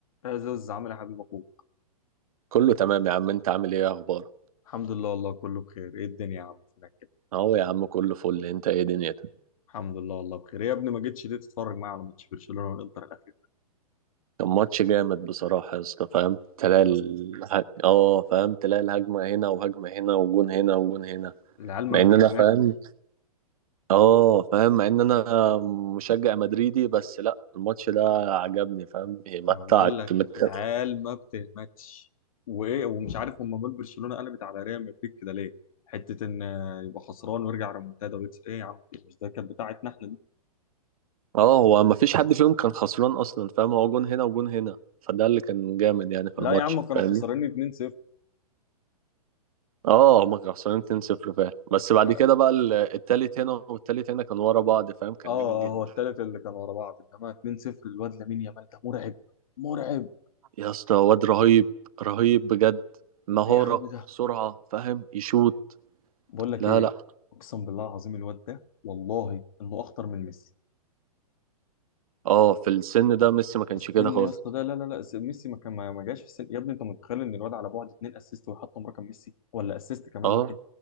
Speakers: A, on the left; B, on the right.
A: يا زوز عامل إيه يا حبيب اخوك
B: كله تمام يا عم انت عامل ايه إيه اخبارك
A: الحمد لله والله كله بخير ايه الدنيا يا عم فينك كده
B: اهو يا عم كله فل انت ايه دنيتك
A: الحمد لله والله بخير إيه يا ابني ما جيتش ليه تتفرج معايا على ماتش برشلونه والانتر الاخير
B: كان ماتش جامد بصراحة يا اسطى فاهم تلاقي الهج...
A: يا اسطى
B: اه فاهم تلاقي الهجمة هنا وهجمة هنا وجون هنا وجون هنا
A: العيال
B: مع
A: ما
B: ان
A: بتهمتش
B: انا فاهم اه فاهم مع ان انا مشجع مدريدي بس لا الماتش ده عجبني فاهم ايه متعك
A: أنا بقول لك
B: مت...
A: العيال ما بتهمتش وايه ومش عارف هم مال برشلونه قلبت على ريال مدريد كده ليه حته ان آه، يبقى خسران ويرجع ريمونتادا ويكس ايه يا عم في إيه؟ مش ده كانت بتاعتنا احنا دي
B: اه هو ما فيش حد فيهم كان خسران اصلا فاهم هو جون هنا وجون هنا فده اللي كان جامد يعني في الماتش
A: لا يا عم كانوا
B: فاهم
A: خسرانين 2-0
B: اه هما كانوا خسرانين 2-0 فعلا بس بعد
A: ف- اه
B: كده بقى ال- التالت هنا والتالت هنا كانوا ورا بعض فاهم كان
A: اه
B: جامد جدا
A: هو التالت اللي كان ورا بعض انما 2-0 الواد لامين يامال ده مرعب مرعب
B: يا اسطى واد رهيب رهيب بجد مهارة
A: ايه يا عم ده
B: سرعة فاهم يشوط
A: بقول لك
B: لا
A: ايه
B: لا
A: اقسم بالله العظيم الواد ده والله انه اخطر من ميسي
B: اه في السن ده ميسي ما كانش
A: في السن
B: كده خالص
A: يا اسطى ده لا لا لا ميسي ما كان ما ما جاش في السن يا ابني انت متخيل ان الواد على بعد اتنين اسيست ويحطم رقم ميسي ولا اسيست كمان
B: اه
A: واحد